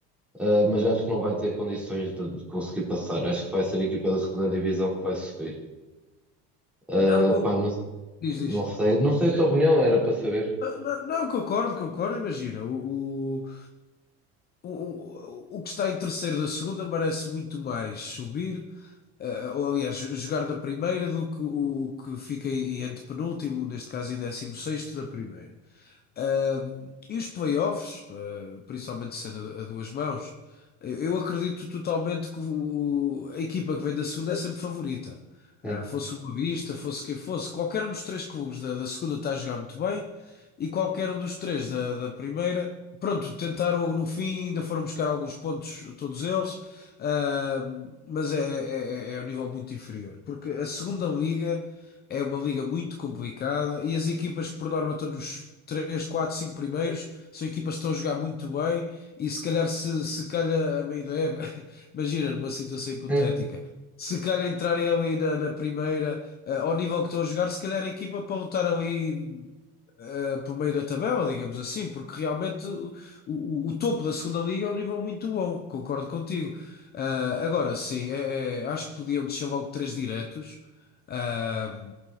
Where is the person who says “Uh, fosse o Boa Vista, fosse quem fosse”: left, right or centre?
Left